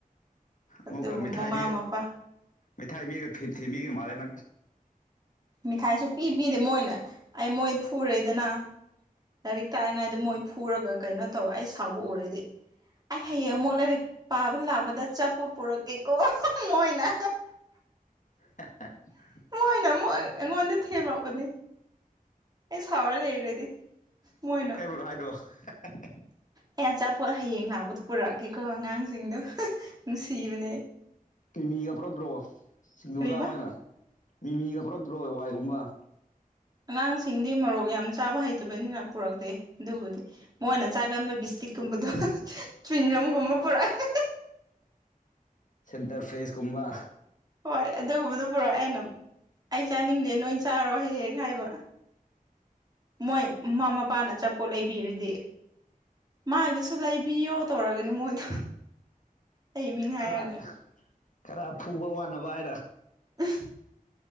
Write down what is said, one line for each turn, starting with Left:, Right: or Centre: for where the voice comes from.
Right: ꯑꯗꯨꯕꯨ
Left: ꯑꯃꯨꯛꯀ ꯃꯩꯊꯥꯏ
Right: ꯃꯃꯥ ꯃꯄꯥ
Left: ꯃꯩꯊꯥꯏꯄꯤꯔꯒ ꯊꯦꯝꯕꯤꯕ ꯃꯥꯜꯂꯦ ꯅꯪ
Right: ꯃꯤꯈꯥꯏꯁꯨ ꯄꯤꯕꯤꯗꯦ ꯃꯣꯏꯅ ꯑꯩ ꯃꯣꯏ ꯐꯨꯔꯦꯗꯅ ꯂꯥꯏꯔꯤꯛ ꯇꯥꯛꯏꯉꯥꯏꯗ ꯃꯣꯏ ꯐꯨꯔꯒ ꯀꯩꯅꯣ ꯇꯧꯋ ꯑꯩ ꯁꯥꯎꯕ ꯎꯔꯗꯤ ꯑꯩ ꯍꯌꯦꯡ ꯑꯃꯨꯛ ꯂꯥꯏꯔꯤꯛ ꯄꯥꯕ ꯂꯥꯛꯄꯗ ꯑꯆꯄꫭꯠ ꯄꯨꯔꯛꯀꯦꯀꯣ ꯃꯣꯏꯅ
Left: ꯑ <unintelligible>
Right: ꯃꫭꯏꯅ ꯑꯃꯨꯛ ꯑꯩꯉꯣꯟꯗ ꯊꯦꯝꯃꯛꯄꯅꯦ ꯑꯩ ꯁꯥꯎꯔꯦ ꯂꯩꯔꯗꯤ ꯃꯣꯏꯅꯣ
Left: ꯇꯥꯏꯗꯣ <unintelligible> <unintelligible>
Right: ꯑꯩ ꯑꯆꯥꯄꯣꯠ ꯍꯌꯦꯡ ꯂꯥꯛꯕꯗꯣ ꯄꯨꯔꯛꯑꯒꯦꯀꯣ ꯑꯉꯥꯡꯁꯤꯡꯗꯣ ꯅꯨꯡꯁꯤꯕꯅꯦ
Left: ꯃꯤꯃꯤꯒ ꯄꯨꯔꯛꯇ꯭ꯔꯣ ꯁꯤꯡꯖꯨ
Right: ꯀꯔꯤꯕ
Left: ꯆꯥꯎ ꯍꯥꯏꯅ ꯃꯤꯃꯤꯒ ꯄꯨꯔꯛꯇ꯭ꯔꯣ ꯋꯥꯏꯒꯨꯝꯕ <unintelligible>
Right: ꯑꯉꯥꯡꯁꯤꯡꯗꯤ ꯃꯣꯔꯣꯛ ꯌꯥꯝ ꯆꯥꯕ ꯍꯩꯇꯕꯅꯤꯅ ꯄꯨꯔꯛꯇꯦ ꯑꯗꯨꯕꯨꯗꯤ ꯃꯣꯏꯅ ꯆꯥꯒꯟꯕ ꯕꯤꯁꯀꯤꯠꯀꯨꯝꯕꯗꯣ ꯆ꯭ꯋꯤꯡꯒꯝꯒꯨꯝꯕ ꯄꯨꯔꯛꯑ
Left: ꯁꯦꯟꯇꯔ ꯐ꯭ꯔꯦꯁ ꯀꯨꯝꯕ
Right: ꯍꯣꯏ ꯑꯗꯨꯒꯨꯝꯕꯗꯣ ꯄꯨꯔꯛ ꯑꯩꯅ ꯑꯩ ꯆꯥꯅꯤꯡꯗꯦ ꯅꯣꯏ ꯆꯥꯔꯣ ꯍꯦꯛ ꯍꯦꯛ ꯍꯥꯏꯕ ꯃꯣꯏ ꯃꯃꯥ ꯃꯄꯥꯅ ꯑꯆꯥꯄꯣꯠ ꯂꯩꯕꯤꯌ‌‌ꯦ ꯍꯥꯏꯔꯗꯤ ꯃꯥꯒꯤꯁꯨ ꯂꯩꯕꯤꯌꯣ ꯇꯧꯔꯒꯅꯦ ꯃꯣꯏꯗꯣ ꯑꯩ ꯃꯤꯡ ꯍꯥꯏꯔꯒ
Left: ꯈꯔ ꯈꯔ ꯐꯨꯕ ꯋꯥꯅꯕ ꯍꯥꯏꯔ
Right: ꯎ <unintelligible>